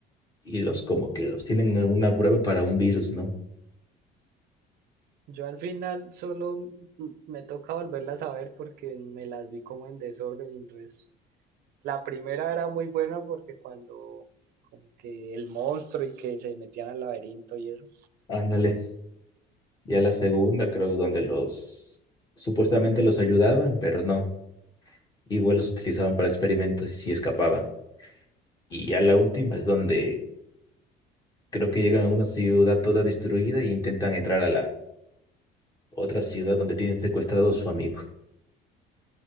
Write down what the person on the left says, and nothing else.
y los como que los tienen en una prueba para un virus, ¿no?
Ándale. Ya la segunda, creo, donde los supuestamente los ayudaban, pero no. Igual los utilizaban para experimentos y sí escapaban. Y ya la última es donde creo que llegan a una ciudad toda destruida e intentan entrar a la otra ciudad donde tienen secuestrado a su amigo.